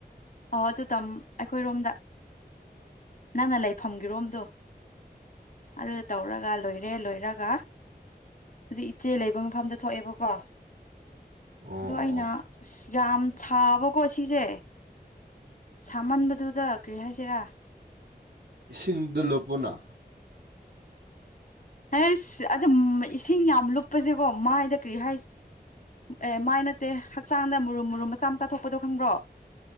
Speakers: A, on the left; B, on the right.
A: ꯑꯣ ꯑꯗꯨ ꯇ ꯑꯩꯈꯣꯏꯔꯣꯝꯗ ꯅꯪꯅ ꯂꯩꯐꯝꯒꯤꯔꯣꯝꯗꯣ ꯑꯗꯨ ꯇꯧꯔꯒ ꯂꯣꯏꯔꯦ ꯂꯣꯏꯔꯒ ꯍꯧꯖꯤꯛ ꯏꯆꯦ ꯂꯩꯕ ꯃꯐꯝꯗ ꯊꯣꯛꯑꯦꯕꯀꯣ ꯑ
B: ꯑꯣ ꯑꯣ
A: ꯑꯩꯅ
B: ꯑꯣ
A: ꯌꯥꯝ ꯁꯥꯕꯀꯣ ꯁꯤꯁꯦ ꯁꯥꯃꯟꯕꯗꯨꯗ ꯀꯔꯤ ꯍꯥꯏꯁꯤꯔꯥ
B: ꯏꯁꯤꯡꯗ ꯂꯣꯞꯄꯅ
A: ꯍ ꯑꯗꯨ ꯏꯁꯤꯡ ꯌꯥꯝ ꯂꯨꯞꯄꯁꯦꯀꯣ ꯃꯥꯏꯗ ꯀꯔꯤ ꯍꯥꯏ ꯑꯦ ꯃꯥꯏ ꯅꯠꯇꯦ ꯍꯛꯆꯥꯡꯗ ꯃꯨꯔꯨꯝ ꯃꯨꯔꯨꯝ ꯃꯆꯥ ꯃꯆꯥ ꯊꯣꯛꯄꯗꯣ ꯈꯪꯕ꯭ꯔꯣ